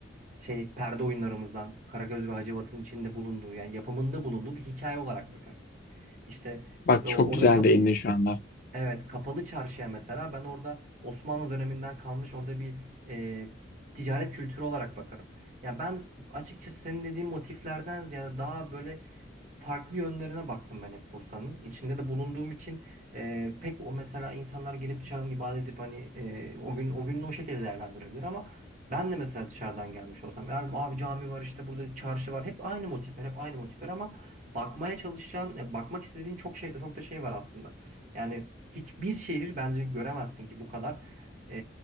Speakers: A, on the right; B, on the left.
A: şey perde oyunlarımızdan Karagöz ve Hacivat'ın içinde bulunduğu yani yapımında bulunduğu bir hikaye olarak bakarım. İşte
B: Bak
A: o,
B: çok
A: orada
B: güzel
A: kap
B: değindin şu anda.
A: Evet, kapalı çarşıya mesela ben orada Osmanlı döneminden kalmış orada bir e, ticaret kültürü olarak bakarım. Ya ben açıkçası senin dediğin motiflerden ziyade daha böyle farklı yönlerine baktım ben hep Bursa'nın. İçinde de bulunduğum için e, pek o mesela insanlar gelip dışarıdan ibadet edip hani e, o gün o gününü o şekilde değerlendirebilir ama ben de mesela dışarıdan gelmiş olsam yani abi cami var işte burada çarşı var hep aynı motifler hep aynı motifler ama bakmaya çalışan e, bakmak istediğin çok şey çok da şey var aslında. Yani hiçbir şehir bence göremezsin ki bu kadar e,